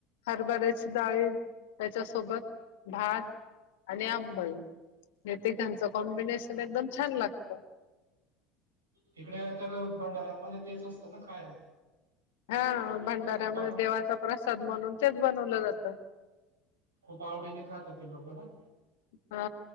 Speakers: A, on the left; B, on the right.
A: हरभऱ्याची डाळी त्याच्यासोबत भात आणि अंबल. ते त्याचं कॉम्बिनेशन एकदम छान लागतं.
B: तिकडे तर भंडाऱ्यांमध्ये तेच असतं ना खायला?
A: हा भंडाऱ्यामध्ये
B: खूप आ
A: देवाचा प्रसाद म्हणून तेच बनवलं जातं.
B: खूप आवडीने खातात ती लोकं ना?
A: हा